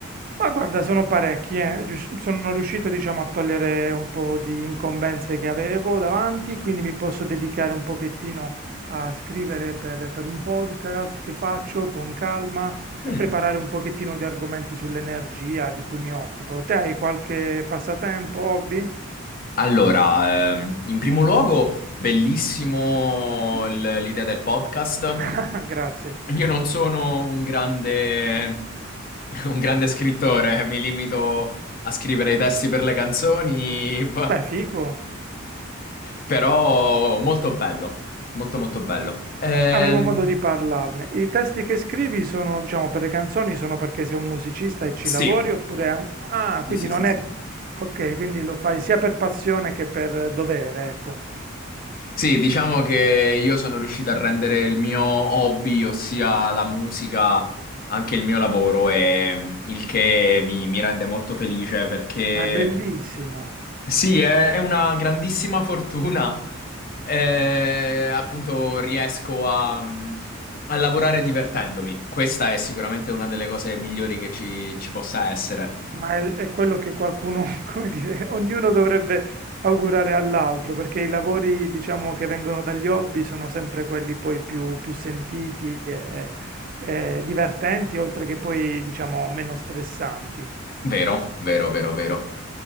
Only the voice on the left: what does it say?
Mm.
Allora, ehm, in primo luogo, bellissimo il- l'idea del podcast.
Io non sono un grande, <laughs> un grande scrittore, eh, mi limito a scrivere i testi per le canzoni, <laughs>
però molto bello, molto molto bello. Ehm,
sì,
sì,
sì,
sì,
sì.
Sì, diciamo che io sono riuscito a rendere il mio hobby, ossia la musica, anche il mio lavoro, e mm, il che mi, mi rende molto felice perché
sì, è, è una grandissima <laughs> fortuna. Eh, appunto, riesco a, mm, a lavorare divertendomi. Questa è sicuramente una delle cose migliori che ci, ci possa essere.
Vero, vero, vero, vero.